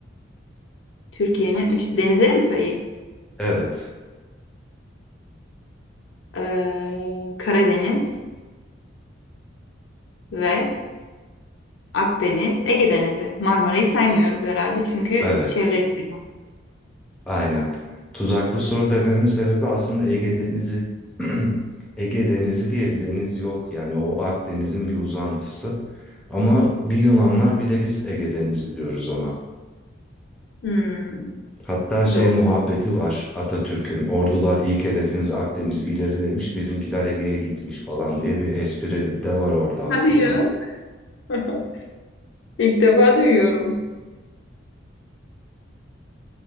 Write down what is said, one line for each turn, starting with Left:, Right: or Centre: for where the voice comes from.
Left: Türkiye'nin üç denizleri mi sayayım?
Centre: Evet.
Left: Ee, Karadeniz ve Akdeniz, Ege Denizi. Marmara'yı saymıyoruz herhalde çünkü
Centre: Evet.
Left: çevreli bir yer.
Centre: Aynen. Tuzaklı soru dememin sebebi aslında Ege Denizi <clears throat> Ege Denizi diye bir deniz yok. Yani o Akdeniz'in bir uzantısı. Ama bir Yunanlar bir de biz Ege Denizi diyoruz ona.
Left: Hmm,
Centre: Hatta şey
Left: doğru.
Centre: muhabbeti var Atatürk'ün. Ordular ilk hedefiniz Akdeniz ileri demiş. Bizimkiler Ege'ye gitmiş falan diye bir espri de var orada aslında.
Left: Hadi ya. <laughs> İlk defa duyuyorum.